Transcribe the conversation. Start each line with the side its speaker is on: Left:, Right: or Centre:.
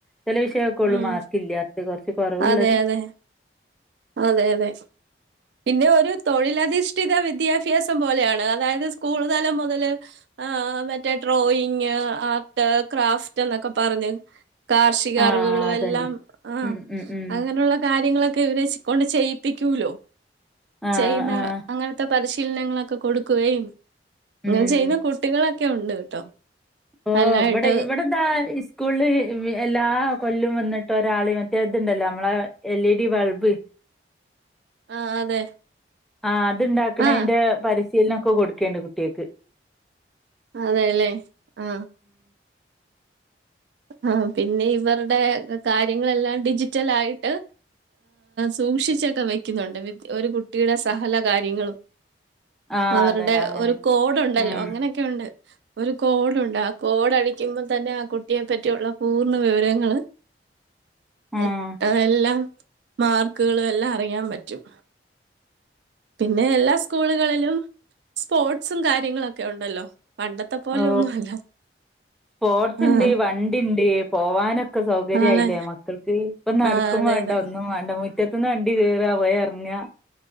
Centre: ചില വിഷയമൊക്കെ ഉള്ളൂ
Right: ഉം
Centre: മാർക്കല്ല അത് കുറച്ച് കുറവുള്ളത്
Right: അതെ അതെ അതെ അതെ പിന്നെ ഒരു തൊഴിലധിഷ്ഠിത വിദ്യാഭ്യാസം പോലെയാണ് അതായത് സ്കൂൾ തലം മുതൽ ആ മറ്റ മറ്റേ ഡ്രോയിങ് ആ ത് ക്രാഫ്റ്റ് എന്നൊക്കെ പറഞ്ഞു കാർഷിക
Centre: ആഹ്
Right: അറിവുകളും
Centre: അതന്നെ
Right: എല്ലാം ആ
Centre: ഉം ഉം ഉം
Right: അങ്ങനെയുള്ള കാര്യങ്ങളൊക്കെ ഇവരെ കൊണ്ട് ചെയ്യി തിക്കൂലോ
Centre: ആഹ്
Right: ചെയ്യുന്ന
Centre: ആഹ്
Right: അങ്ങനത്തെ പരിശ ചിഹ്നങ്ങളൊക്കെ കൊടുക്കുകയും
Centre: ഉം
Right: അങ്ങനെ ചെയ്യുന്ന കുട്ടികളൊ ഒക്കെ ഉണ്ട് കേട്ടോ
Centre: ഓ
Right: നല്ലായിട്ട്
Centre: ഇടെവിടെതാ സ്കൂളിൽ എല്ലാ കൊല്ലും വന്നിട്ട് ഒരാള മറ്റേ ഇതുണ്ടല്ലോ നമ്മളെ എൽ ഇ ഡി ബൾബ്
Right: ആഹ അതെ
Centre: ആഹ ണ്ടാക്കുണതിന്റെ
Right: ആഹ്
Centre: പരിശീലനം ഇപ്പോ കൊടുക്കേണ്ട കുട്ടിയക്ക്
Right: അതെ അല്ലേ ആ ആ പിന്നെ ഇവരുടെ കാര്യങ്ങളെല്ലാം ഡിജിറ്റൽ ആയിട്ട് സൂക്ഷിച്ചൊക്കെ വെക്കുന്നുണ്ട് ഒരു കുട്ടിയുടെ സഹല കാര്യങ്ങളും
Centre: ആ
Right: അവരുടെ
Centre: അതന്നെ അങ്ങനെ
Right: ഒരു കോടു ഉണ്ടല്ലോ
Centre: ഉം
Right: അങ്ങനക്കെണ്ട് ഒരു കോടുണ്ട് ആ കോട് - കഴിയുമ്പോ തന്നെ ആ കുടിക്കും കുട്ടിയെ പറ്റിയുള്ള പൂർണ്ണ വിവരങ്ങള്-
Centre: ഉം
Right: എ എല്ലാം മാർക്ക്കള് എല്ലാം അറിയാൻ പറ്റും പിന്നെ എല്ലാ സ്കൂളുകളിലും സ്പോർട്സും കാര്യങ്ങളൊക്കെ ഉണ്ടല്ലോ പണ്ടത്തെ പോലെ
Centre: ഓ
Right: ഒന്നും അല്ല.
Centre: സ്പോർട്സ്
Right: ആഹ്
Centre: ഇണ്ട് വണ്ടി ഇണ്ട് പോവാനൊക്കെ സൗകര്യയില്ലേ
Right: ആണ്.
Centre: മക്കൾക്ക് ഇപ്പ നടക്കും
Right: ആഹ് അതെ
Centre: വേണ്ട
Right: അതെ.
Centre: ഒന്നും വേണ്ട മുറ്റത്തന്ന് വണ്ടി കയറുക പോയി ഇറങ്ങുക